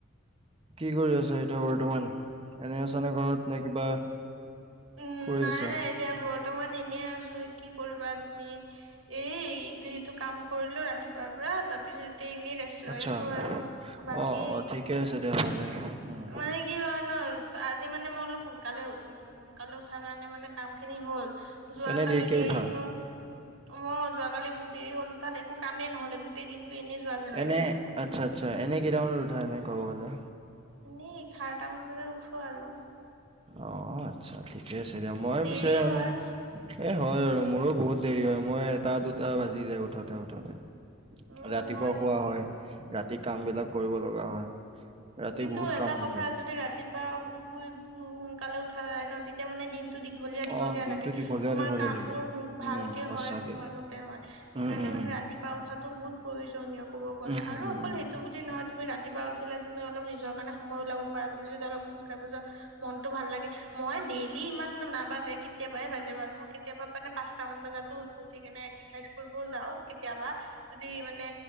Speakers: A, on the right; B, on the right.
A: কি কৰি আছা এতিয়া বৰ্তমান? এনেই আছানে, ঘৰত নে কিবা
B: উম,
A: কৰি
B: নাই
A: আছা
B: নাই, এতিয়া বৰ্তমান এনে আছোঁ। কি কৰিবা তুমি? এই ইটো-হিটো কাম কৰিলোঁ ৰাতিপু তাৰ পৰা তাৰ পিছত এতিয়া এনেই ৰেষ্ট লৈ
A: আচ্ছা
B: আছোঁ। আৰু বাকী
A: অ অ ঠিকে আছে দিয়া ভালে উম
B: মানে কি হয় ন, আজি মানে মই অলপ সোনকালে উঠিলোঁ। সোন কালে উঠা কাৰণে মানে কাম খিনি হল, যোৱাকালি
A: এনে দেৰিকে
B: দেৰি
A: উঠা
B: হ'ল। অঁ, যোৱাকালি বহুত দেৰি হ'ল তাত, একো কামেই নহলে গোটেই দিনটো এনেই যোৱা যেন
A: এনে
B: লাগিলে মোৰ।
A: আচ্ছা আচ্ছা, এনেই কেইটা মানত উঠা? এনেই ক'ব গ'লে।
B: এনেই এঘাৰটা মান বাজত উঠো আৰু।
A: অ আচ্ছা, ঠিকে আছে দিয়া। মই
B: দেৰি
A: পিছে এনে
B: হয়।
A: এ হয় আৰু, মোৰো বহুত দেৰি হয়। মই এটা-দুটা বাজি যায় উঠাতে উঠোতে।
B: অ',
A: ৰাতিপুৱা
B: হয়
A: শুৱা
B: নেকি?
A: হয়, ৰাতি কাম বিলাক কৰিব লগা হয়। ৰাতি
B: কিন্তু
A: বহুত
B: এটা
A: কাম
B: কথা,
A: থাকে।
B: যদি ৰাতিপুৱা শুই সোনকালে উঠা যায় ন, তেতিয়া মানে দিন দীঘলীয়া দীঘলীয়া
A: অ', দিনটো
B: লাগে,
A: দীঘলীয়া
B: তোমাৰ
A: দীঘলীয়া
B: কাম
A: লাগে।
B: বোৰ
A: উম,
B: ভালকে
A: সঁচাকে।
B: হয়, সময়মতে হয়। সেইকাৰণে
A: উম, উম,
B: মানে
A: উম।
B: ৰাতিপুৱা উঠাটো বহুত প্ৰয়োজনীয়, ক'ব গ'লে।
A: উম,
B: আৰু
A: উম, উম,
B: অকল
A: উম।
B: সেইটো বুলি নহয়, তুমি ৰাতিপুৱা উঠিলে তুমি অলপ নিজৰ কাৰণে সময় ওলাব পাৰা, তুমি যদি অলপ খোজ কাঢ়িৱ যোৱা মনটো ভাল লাগে, মই ডেইলি ইমান নাবাজে, কেতিয়াবাহে বাজে বাৰু মই কেতিয়াবা মানে পাঁচটা মান বজাতো উঠোঁ, উঠি কিনে এক্সাৰচাইজ কৰিবও যাওঁ কেতিয়াবা। যদি মানে